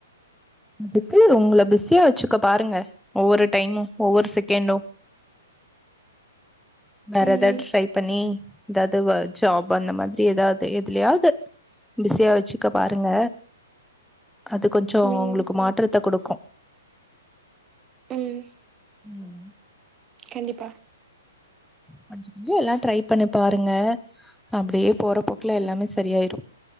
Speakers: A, in the centre; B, on the right.
A: துக்கு ஒங்கள பிஸியா வச்சுக்க பாருங்க ஒவ்வொரு டைமு ஒவ்வொரு செகண்டு வேற
B: ம்
A: எதாவது ட்ரை பண்ணி எதாவது வ ஜாப்பு அந்த மாதிரி எதாவது எதுலயாவது பிஸியா வச்சுக்க பாருங்க அது கொஞ்சோ
B: ம்
A: ஒங்களுக்கு மாற்றத்த குடுக்கு
B: ம்
A: ம்
B: கண்டிப்பா
A: கொஞ்ச கொஞ்சோ எல்லா ட்ரை பண்ணி பாருங்க அப்டியே போறபோக்குல எல்லாமே சரியாய்டு